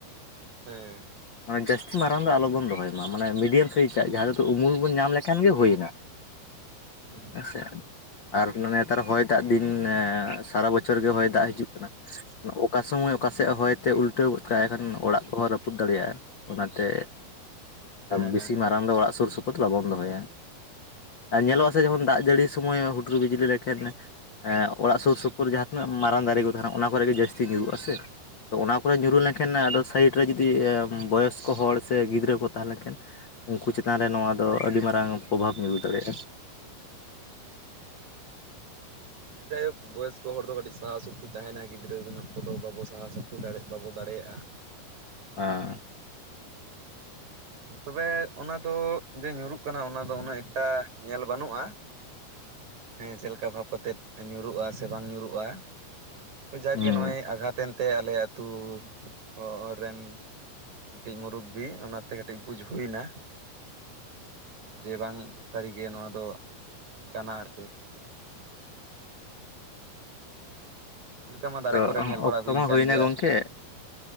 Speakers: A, on the right; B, on the left.
A: ᱦᱩᱸ
B: ᱢᱟᱱᱮ ᱡᱟᱹᱥᱛᱤ ᱢᱟᱨᱟᱝ ᱫᱚ ᱟᱞᱚ ᱵᱚᱱ ᱫᱚᱦᱚᱭ ᱢᱟ ᱢᱟᱱᱮ ᱢᱤᱰᱤᱭᱟᱢ ᱥᱟᱭᱤᱡᱽ ᱟᱜ ᱡᱟᱦᱟᱸ ᱛᱚ ᱩᱢᱩᱞ ᱵᱚᱱ ᱧᱟᱢ ᱞᱮᱠᱷᱟᱱ ᱜᱮ ᱦᱩᱭᱱᱟ
A: ᱦᱮᱸ
B: ᱦᱮᱸᱥᱮ ᱟᱨ ᱢᱟᱱᱮ ᱱᱮᱛᱟᱨ ᱦᱚᱭ ᱫᱟᱜ ᱫᱤᱱ ᱥᱟᱨᱟ ᱵᱚᱪᱷᱚᱨ ᱜᱮ ᱦᱚᱭ ᱫᱟᱜ ᱦᱤᱡᱩᱜ ᱠᱟᱱᱟ ᱚᱠᱟ ᱥᱚᱢᱚᱭ ᱚᱠᱟᱥᱮᱫ ᱦᱚᱭᱛᱮ ᱩᱞᱴᱟᱹᱣ ᱜᱚᱫ ᱠᱟᱜ-ᱟᱭ ᱮᱠᱷᱟᱱ ᱚᱲᱟᱜ ᱠᱚᱦᱚᱸ ᱨᱟᱹᱯᱩᱫ ᱫᱟᱲᱮᱭᱟᱜ-ᱟ ᱚᱱᱟᱛᱮ
A: ᱦᱮᱸ
B: ᱵᱮᱥᱤ
A: ᱦᱮᱸ
B: ᱢᱟᱨᱟᱝ ᱫᱚ ᱚᱲᱟᱜ ᱥᱩᱨ ᱥᱩᱯᱩᱨ ᱵᱟᱵᱚᱱ ᱫᱚᱦᱚᱭᱟ ᱟᱨ ᱧᱮᱞᱚᱜ-ᱟ ᱥᱮ ᱡᱮᱢᱚᱱ ᱫᱟᱜ ᱡᱟᱹᱲᱤ ᱥᱚᱢᱚᱭ ᱦᱩᱴᱩᱨ ᱵᱤᱡᱽᱞᱤ ᱨᱮ ᱠᱷᱮᱛᱨᱮ ᱚᱲᱟᱜ ᱥᱳᱨ ᱥᱳᱯᱳᱨ ᱡᱟᱦᱟᱸ ᱛᱤᱱᱟᱹᱜ ᱢᱟᱨᱟᱝ ᱫᱟᱨᱮ ᱠᱚ ᱛᱟᱦᱮᱱᱟ ᱚᱱᱟ ᱠᱚᱨᱮ ᱜᱮ ᱡᱟᱹᱥᱛᱤ ᱧᱩᱨᱩᱜᱼᱟ ᱥᱮ ᱛᱚ ᱚᱱᱟ ᱠᱚ ᱧᱩᱨᱩ ᱞᱮᱱᱠᱷᱟᱱ ᱟᱫᱚ ᱥᱟᱭᱤᱰ ᱨᱮ ᱡᱩᱫᱤ ᱵᱚᱭᱚᱥᱠᱚ ᱦᱚᱲ ᱥᱮ ᱜᱤᱫᱽᱨᱟᱹ ᱠᱚ ᱛᱟᱦᱮᱸ ᱞᱮᱱᱠᱷᱟᱱ ᱩᱱᱠᱩ ᱪᱮᱛ ᱪᱮᱛᱟᱱ ᱨᱮ ᱱᱚᱣᱟ ᱫᱚ ᱟᱹᱰᱤ ᱢᱟᱨᱟᱝ ᱯᱨᱚᱵᱷᱟᱵᱽ ᱧᱩᱨ ᱫᱟᱲᱮᱭᱟᱜᱼᱟ
A: ᱦᱩᱸ ᱦᱩᱸ ᱦᱩᱸ ᱦᱮᱸ ᱡᱟᱭᱦᱳᱠ ᱵᱚᱭᱚᱥᱠᱚ ᱦᱚᱲ ᱫᱚ ᱠᱟᱹᱴᱤᱡ ᱥᱟᱦᱟ ᱥᱚᱠᱛᱤ ᱛᱟᱦᱮᱱᱟ ᱜᱤᱫᱽᱨᱟᱹ ᱧᱚᱜ ᱠᱚᱫᱚ ᱵᱟᱵᱚ ᱥᱟᱦᱟ ᱥᱚᱠᱛᱤ ᱫᱟᱲᱮ ᱵᱟᱵᱚ ᱫᱟᱲᱮᱭᱟᱜᱼᱟ
B: ᱦᱮᱸ
A: ᱦᱩᱸ ᱛᱚᱵᱮ ᱚᱱᱟ ᱫᱚ ᱡᱮ ᱧᱩᱨᱩᱜ ᱠᱟᱱᱟ ᱚᱱᱟ ᱫᱚ ᱩᱱᱟᱹᱜ ᱮᱠᱴᱟ ᱧᱮᱞ ᱵᱟᱹᱱᱩᱜᱼᱟ ᱦᱮᱸ ᱪᱮᱫ ᱞᱮᱠᱟ ᱵᱷᱟᱵᱽ ᱠᱟᱛᱮᱜ ᱧᱩᱨᱩᱜᱼᱟ ᱥᱮ ᱵᱟᱝ ᱧᱩᱨᱩᱜᱼᱟ ᱡᱟᱜᱽᱜᱮ
B: ᱦᱩᱸ
A: ᱱᱚᱜᱼᱚᱭ ᱟᱜᱷᱟᱛ ᱮᱱᱛᱮ ᱟᱞᱮ ᱟᱛᱩ ᱚ ᱨᱮᱱ ᱢᱤᱫᱴᱤᱡ ᱢᱩᱨᱩᱵᱵᱤ ᱚᱱᱟᱛᱮ ᱠᱟᱹᱴᱤᱡ ᱵᱩᱡᱽ ᱦᱩᱭ ᱱᱟ ᱡᱮ ᱵᱟᱝ ᱥᱟᱹᱨᱤ ᱜᱮ ᱱᱚᱣᱟ ᱫᱚ ᱠᱟᱱᱟ ᱟᱨ ᱪᱮᱫ ᱚᱱᱠᱟ ᱢᱟ ᱫᱟᱨᱮ
B: ᱛᱚ
A: ᱠᱚᱨᱮ ᱧᱮᱞ ᱵᱟᱲᱟ
B: ᱚᱠᱛᱚ
A: ᱦᱩᱭ
B: ᱢᱟ
A: ᱠᱟᱱ
B: ᱦᱩᱭᱱᱟ
A: ᱜᱮᱭᱟ
B: ᱜᱚᱝᱠᱮ